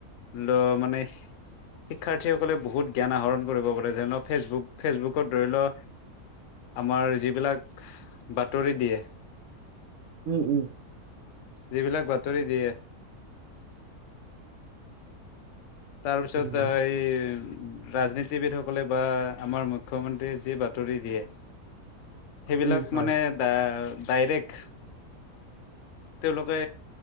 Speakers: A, on the left; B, on the right.
A: ল মানে শিক্ষাৰ্থীসকলে বহুত জ্ঞান আহৰণ কৰিব বোলে যে ন। ফেচবুক ফেচবুকত ধৰি ল আমাৰ যিবিলাক বাতৰি দিয়ে।
B: উম উম।
A: যিবিলাক বাতৰি দিয়ে। তাৰপিছত
B: উম
A: তা এইৰ ৰাজনীতিবিদসকলে বা আমাৰ মুখ্যমন্ত্ৰীয়ে যি বাতৰি দিয়ে সেইবিলাক
B: উম হয়
A: মানে ডাই ডাইৰেক্ট তেওঁলোকে